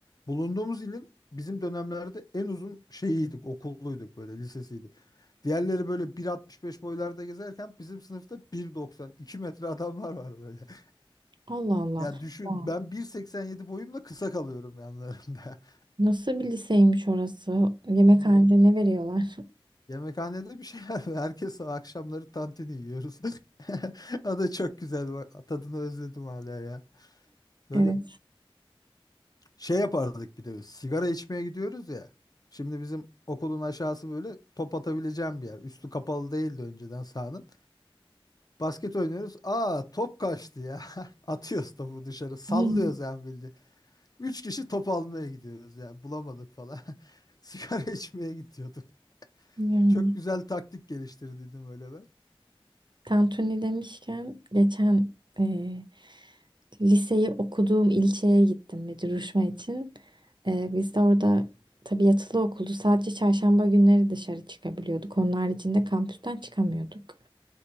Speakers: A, on the left; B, on the right.
A: Bulunduğumuz ilin bizim dönemlerde en uzun şeyiydik, okulluyduk böyle lisesiydi. Diğerleri böyle 1.65 boylarda gezerken bizim sınıfta 1.90, 2 metre adamlar var böyle. <laughs>
B: Allah Allah.
A: Ya düşün
B: Ya.
A: ben 1.87 boyumla kısa kalıyorum yanlarında. <laughs>
B: Nasıl bir liseymiş orası? Yemekhanede
A: Ya,
B: ne veriyorlar?
A: yemekhanede bir şey var. <laughs> Herkes akşamları tantini yiyoruz. <laughs> O da çok güzel. bak, Tadını özledim hala ya. Böyle
B: Evet.
A: Şey yapardık bir de sigara içmeye gidiyoruz ya. Şimdi bizim okulun aşağısı böyle top atabileceğim bir yer. Üstü kapalı değildi önceden sahanın. Basket oynuyoruz. Aa top kaçtı ya. <laughs> Atıyoruz topu dışarı. Sallıyoruz
B: Hı.
A: yani bildiğin. Üç kişi top almaya gidiyoruz yani. Bulamadık falan. <laughs> Sigara içmeye gidiyorduk.
B: Yani,
A: Çok güzel taktik geliştirdiydim öyle ben.
B: Tantuni demişken geçen eee, liseyi okuduğum ilçeye gittim bir duruşma için. Eee, biz de orada tabii yatılı okuldu. Sadece çarşamba günleri dışarı çıkabiliyorduk. Onun haricinde kampüsten çıkamıyorduk.